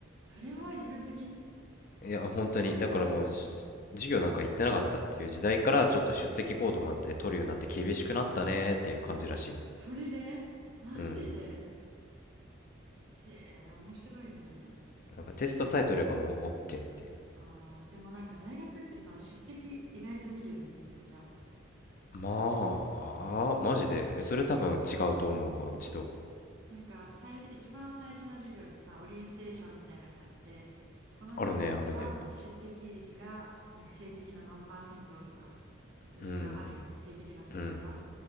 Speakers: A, on the right; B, on the left.
A: それはゆるすぎん
B: いや、本当に。だからもう、し授業なんか行ってなかったっていう時代から、ちょっと出席行動もあって取るようになって厳しくなったねっていう感じらしい。
A: それでマジで
B: うん。
A: へえ、面白いね。
B: なんかテストさえ取ればもう OK っていう。
A: あー、でもなんか大学ってさ、出席意外と見るよね、めちゃくちゃ。
B: まあ、マジで。えそれ多分違うと思うわ、うちと。
A: なんか最、一番最初の授業でさ、オリエンテーションみたいな感じで、この授業では出席率が、
B: あるね、あるね。
A: なんか成績の何パーセントとか説明があるやん。
B: うん、
A: 成績の付け方。
B: うん、